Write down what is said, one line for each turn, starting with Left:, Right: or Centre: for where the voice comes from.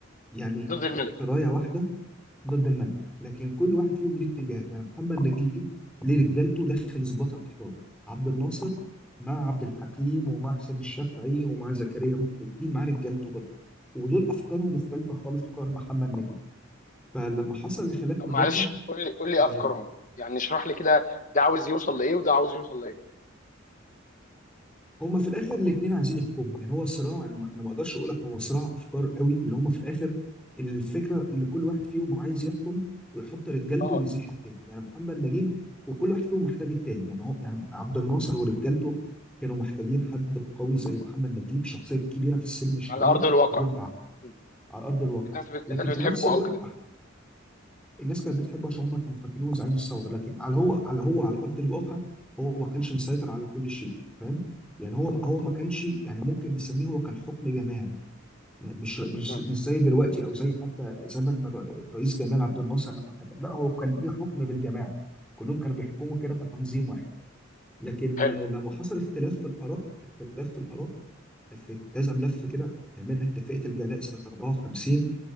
Centre: يعني
Left: ضد الملك
Centre: تحت رايه واحده ضد الملك لكن كل واحد فيهم ليه اتجاهاته يعني محمد نجيب ليه رجالته داخل ظباط الاحرار عبد الناصر مع عبد الحكيم ومع حسين الشافعي ومع زكريا محي الدين مع رجالته برضه ودول افكارهم مختلفه خالص عن افكار محمد نجيب فلما حصل الخلاف
Left: طب
Centre: ما
Left: معلش
Centre: بينهم
Left: قول لي قول لي
Centre: آه،
Left: افكارهم يعني اشرح لي كده ده عاوز يوصل لايه وده عاوز يوصل لايه
Centre: هما في الاخر الاثنين عايزين يحكموا يعني هو صراع انا ما أنا ما اقدرش اقول لك هو صراع افكار قوي اللي هما في الاخر الفكره اللي كل واحد فيهم عايز يحكم ويحط رجالته
Left: اه
Centre: ويزيح التاني يعني محمد نجيب وكل واحد فيهم محتاج التاني يعني هو يعني عبد الناصر ورجالته كانوا محتاجين حد قوي زي محمد نجيب شخصيه كبيره في السن شويه
Left: على ارض الواقع
Centre: وربع
Left: م.
Centre: على ارض الواقع
Left: الناس بت...
Centre: لكن
Left: الناس
Centre: في
Left: بتحبه
Centre: نفس الوقت
Left: او كده
Centre: الناس كانت بتحبه عشان هم كانوا فاكرينه زعيم الثوره لكن على هو على هو على ارض الواقع هو ما كانش مسيطر على كل شيء فاهم يعني هو هو ما كانش يعني ممكن نسميه هو كان حكم جماعي م- مش مش
Left: م.
Centre: مش زي دلوقتي او زي حتى زمن الر- رئيس جمال عبد الناصر لما حكم لا هو كان ايه حكم بالجماعه كلهم كانوا بيحكموا كده كتنظيم واحد لكن
Left: حلو
Centre: آه، لما حصل اختلاف في الاراء اختلاف في الاراء في كذا ملف كده منها اتفاقيه الجلاء سنه 54